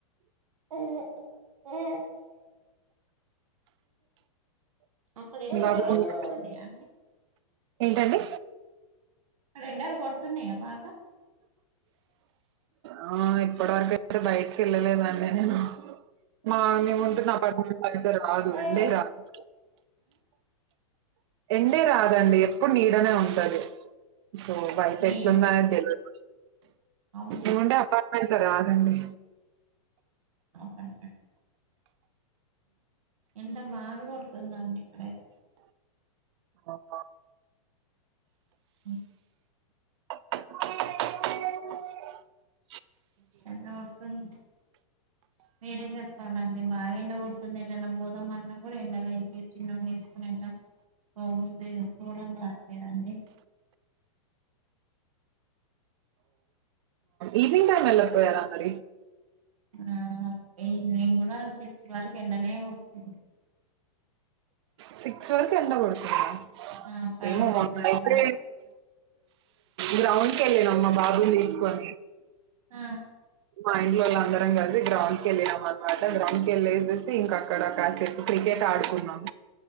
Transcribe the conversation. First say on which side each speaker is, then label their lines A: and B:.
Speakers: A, on the right; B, on the right.
A: చిన్నపిల్ల అక్కడ ఏమన్న
B: మీ బాబు
A: మాడిపోతున్నాయా
B: ఏం చేస్తున్నాడు?
A: అని
B: ఏంటండి
A: అక్కడ ఎండలు కొడుతున్నాయా బాగా
B: ఆ ఇప్పుడు వరక అయితే బయటకు వెళ్లలేదండి నేను మా మేము ఉంటున్న అపార్ట్మెంట్ లో అయితే రాదు
A: ఆ?
B: ఎండే రాదు ఎండే రాదండి ఎప్పుడు నీడనే ఉంటది సో బయట
A: మీ
B: ఉందనే తెలవద్ మాకి
A: అవునా
B: ఏమంటే అపార్ట్మెంట్ లో రాదండి
A: అంతే ఎండ బాగా కొడుతుందా అండి ఇక్కడయితే
B: ఆహ
A: ఉ
B: పిల్లల సౌండ్
A: సలపడుతుంది మీరే చెప్పాలండి బాగా ఎండ కొడుతుంది ఏటన్నా పోదామన్నా కూడా ఎండలో ఏంటో ఈ చిన్నోడిని వేసుకుని వెంట పోబుద్దీ పోవడానికి కాట్లేదు అండి
B: ఈవెనింగ్ టైమ్ వెళ్ళక పోయారా మరి
A: ఆ నేను కూడా సిక్స్ వరకు ఎండనే కొడుతుంది
B: సిక్స్ వరకు ఎండ కొడుతుందా
A: ఆ, ఫైవ్
B: ఏమో
A: ఫైవ్
B: మాకయితే
A: థర్టీ వరకు
B: గ్రౌండ్ కి వెళ్ళినామ్ మా బాబుని తీసుకొని
A: ఆ,
B: మా ఇంట్లో వాల్ల అందరం కలిసి గ్రౌండ్ కి వెళ్ళినామ్ అనమాట గ్రౌండ్ కి వెళ్ళేసి ఇంక అక్కడ క్రికెట్ ఆడుకున్నాం